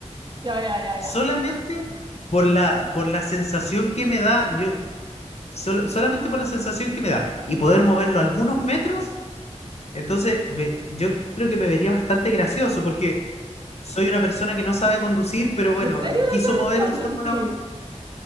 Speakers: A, on the right; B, on the left.
A: Ya, ya, ya,
B: solamente
A: ya.
B: por la, por la sensación que me da, yo, sol- solamente por la sensación que me da, y poder moverlo algunos metros, entonces ve- yo creo que me vería bastante gracioso, porque soy una persona que no sabe conducir, pero bueno,
A: ¿En serio
B: quiso
A: no sabes
B: mover
A: cuándo?
B: un Fórmula
A: Sí.